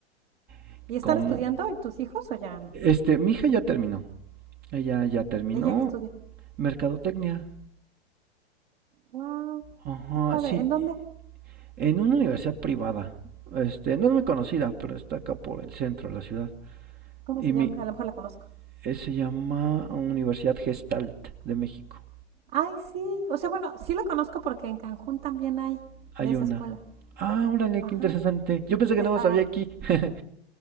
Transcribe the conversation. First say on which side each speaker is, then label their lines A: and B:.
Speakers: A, on the right (about 25°); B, on the right (about 50°).
A: <laughs>
B: y están
A: Como
B: estudiando tus hijos o ya no?
A: este, mi hija ya terminó. Ella ya terminó
B: ¿Ella que estudia?
A: mercadotecnia.
B: Wow,
A: Ajá,
B: qué padre.
A: sí,
B: ¿En dónde?
A: en una universidad privada. Este, no es muy conocida, pero está acá por el centro de la ciudad.
B: ¿Cómo
A: Y
B: se
A: mi
B: llama? A lo mejor la conozco.
A: eh, se llama Universidad Gestalt de México.
B: Ay, sí. O sea, bueno, sí la conozco porque en Cancún también hay
A: Hay
B: de esa
A: una.
B: escuela.
A: Ah, órale,
B: Ajá.
A: qué interesante. Yo
B: sí,
A: pensé que
B: eh,
A: nada más
B: ah,
A: había aquí. <laughs>